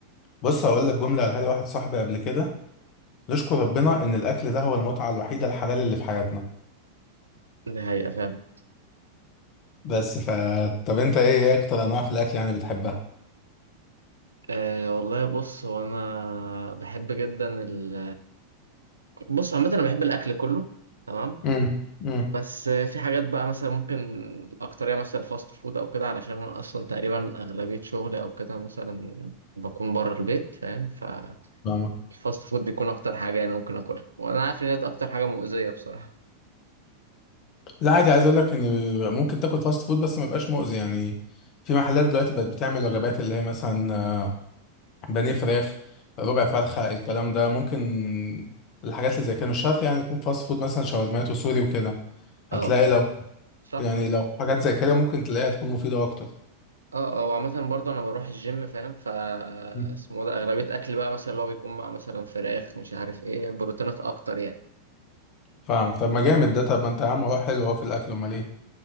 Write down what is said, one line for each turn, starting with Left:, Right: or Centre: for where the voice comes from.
Left: بص هقول لك جمله قالها لي واحد صاحبي قبل كده نشكر ربنا ان الاكل ده هو المتعه الوحيده الحلال اللي في حياتنا
Right: ده حقيقة فاهم
Left: بس ف طب انت ايه ايه اكتر انواع في الاكل يعني بتحبها
Right: أه والله بص هو انا بحب جدا ال بص عامة انا بحب الاكل كله تمام
Left: امم امم
Right: بس في حاجات بقى مثلا ممكن اكترية مثلا فاست فود او كده علشان انا اصلا تقريبا اغلبية شغلي او كده مثلا بكون بره البيت فاهم ف
Left: فاهمك
Right: الفاست فود بيكون اكتر حاجه انا ممكن اكلها وانا عارف ان دي اكتر حاجه مؤذيه بصراحه
Left: لا عادي عايز اقول لك ان ممكن تاكل فاست فود بس ما يبقاش مؤذي يعني في محلات دلوقتي بقت بتعمل وجبات اللي هي مثلا آه، بانيه فراخ ربع فرخه الكلام ده ممكن الحاجات اللي زي كده مش شرط يعني يكون فاست فود مثلا شاورمات وسوري وكده هتلاقي
Right: اه
Left: لو
Right: اه صح
Left: يعني
Right: كده
Left: لو حاجات زي كده ممكن تلاقيها تكون مفيدة أكتر
Right: اه اه وعامة برضه انا بروح الجيم فاهم ف
Left: مم.
Right: اسمه ده اغلبية اكل بقى مثلا اللي هو بيكون مع مثلا فراخ مش عارف ايه بروتينات اكتر يعني
Left: فاهمك طب ما جامد ده طب ما أنت يا عم هو حلو أهو في الأكل أمال إيه